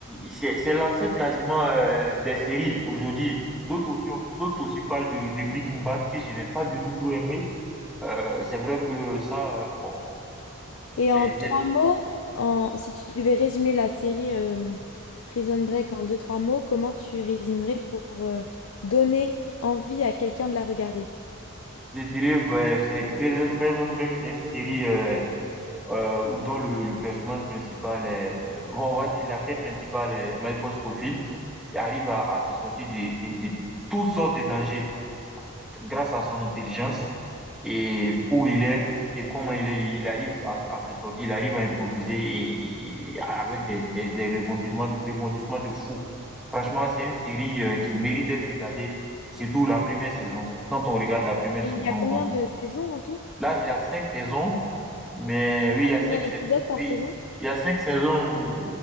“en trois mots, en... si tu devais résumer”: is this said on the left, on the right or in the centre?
Left